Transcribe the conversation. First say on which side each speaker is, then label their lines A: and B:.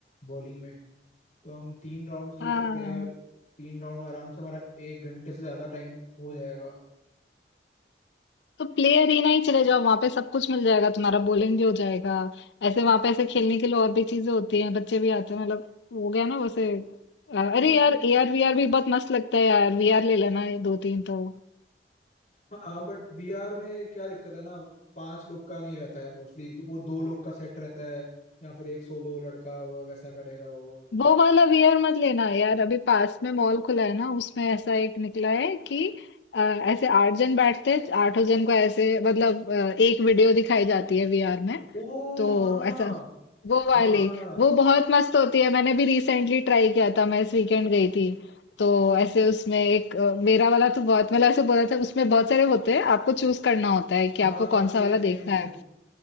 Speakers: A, on the left (about 45°); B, on the left (about 85°).
A: बॉलिंग में तो हम तीन राउंड खेल
B: हाँ
A: सकते हैं और तीन राउंड आराम से हमारा एक घंटे से ज्यादा टाइम हो जाएगा
B: तो प्ले अरेना ही चले जाओ वहां पे सब कुछ मिल जाएगा तुम्हारा बॉलिंग भी हो जाएगा ऐसे वहां पे ऐसे खेलने के लिए और भी चीजें होती हैं बच्चे भी आते हैं मतलब हो गया ना वैसे अ,
A: हम्म,
B: अरे यार एआर वीआर भी बहुत मस्त लगता है यार वीआर ले लेना ये दो तीन तो
A: हाँ बट वीआर में क्या दिक्कत है ना पांच लोग का नहीं रहता है मोस्टली वो दो लोग का सेट रहता है या फिर एक सोलो लड़का वो वैसा करेगा वो
B: वो वाला वीआर मत लेना यार अभी पास में मॉल खुला है ना उसमें ऐसा एक निकला है कि अ, ऐसे आठ जन बैठते हैं आठों जन को ऐसे मतलब अ, एक वीडियो दिखाई जाती है वीआर में
A: ओ
B: तो
A: हाँ
B: ऐसा वो वाली
A: हाँ
B: वो बहुत मस्त होती है मैंने भी रिसेंटली ट्राई किया था मैं इस वीकेंड गई थी तो ऐसे उसमें एक अ, मेरा वाला तो बहुत मतलब ऐसे बोला था उसमें बहुत सारे होते हैं आपको चूज करना होता है कि
A: हाँ
B: आपको
A: हाँ
B: कौन
A: सेम
B: सा वाला
A: सेम
B: देखना
A: सेम
B: है